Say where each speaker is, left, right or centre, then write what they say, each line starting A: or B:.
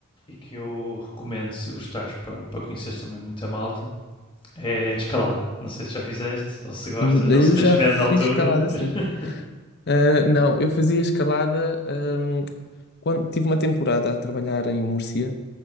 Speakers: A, on the left; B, on the left.
A: e que eu recomendo se gostares para, para conheceres também muita malta, é escalada. Não sei se já fizeste, ou se gostas,
B: Hum, Eu
A: ou se tens
B: já
A: medo
B: fiz
A: de alturas.
B: escalada,
A: <laughs>
B: sim. Ah, não, eu fazia escalada, hum, quando tive uma temporada a trabalhar em Múrcia.